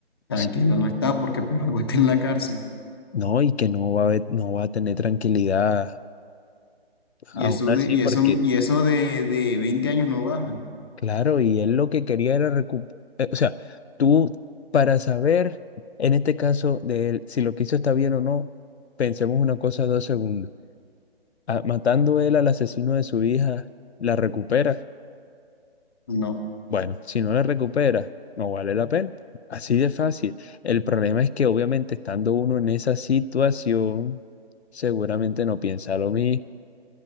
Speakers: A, on the left (about 25°); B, on the left (about 80°).
A: Tranquilo,
B: Ts-
A: no está porque por algo está en la cárcel.
B: No, y que no va a, haber- no va a tener tranquilidad
A: Y
B: aún
A: eso
B: así,
A: de, y
B: porque,
A: eso, y eso de, de veinte años no bajan.
B: claro, y él lo que quería era recuperar. o sea, tú, para saber, en este caso, de él, si lo que hizo está bien o no, pensemos una cosa dos segundos. Ah, matando él al asesino de su hija, la recupera.
A: No,
B: Bueno, si no la recuperas, no vale la pena. Así de fácil. El problema es que obviamente estando uno en esa situación, seguramente no piensa lo mismo.